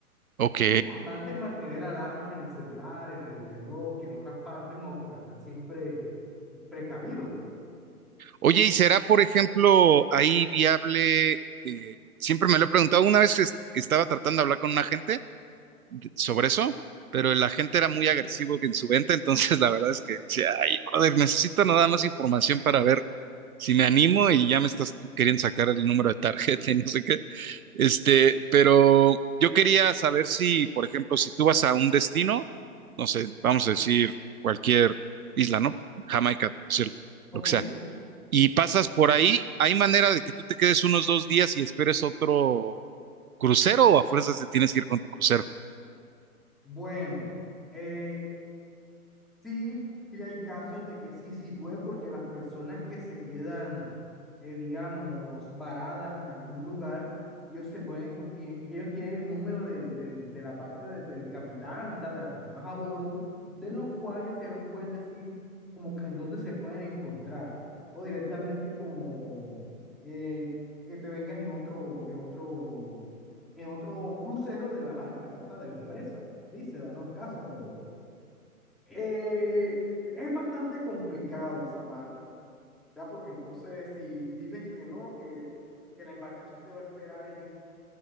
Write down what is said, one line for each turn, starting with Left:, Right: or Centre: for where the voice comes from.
Right: Ok.
Centre: Eso es lo importante es mantener alarmas en el celular, en el reloj y en otras partes, como que para estar siempre precavido.
Right: Oye, ¿y será, por ejemplo, ahí viable? eh, siempre me lo he preguntado, una vez es- que estaba tratando de hablar con un agente de- sobre eso, pero el agente era muy agresivo en su venta, entonces <laughs> la verdad es que decía, ay, brother, necesito nada más información para ver si me animo y ya me estás tú queriendo sacar el número de tarjeta <laughs> y no sé qué. Este, pero yo quería saber si, por ejemplo, si tú vas a un destino, no sé, vamos a decir cualquier isla, ¿no? Jamaica, por decirlo,
Centre: Ok.
Right: lo que sea. y pasas por ahí, ¿hay manera de que tú te quedes unos dos días y esperes otro crucero o a fuerzas te tienes que ir con tu crucero
Centre: Bueno, eh, Sí, sí hay casos de que sí, sí puede, porque las personas que se quedan, eh, digamos, varadas en algún lugar, ellos se pueden, co- tienen, ellos tienen el número del, del, de la parte de- del capitán, o sea, de las personas a bordo, de los cuales ellos pueden decir como que en dónde se pueden encontrar, o directamente como eh, que te vengas en otro, en otro, en otro crucero de la marca, o sea, de la empresa. Sí, se dan los casos, pero eh, es bastante complicado esa parte, ¿ya? Porque entonces si dicen que no, que, que la embarcación te va a esperar en X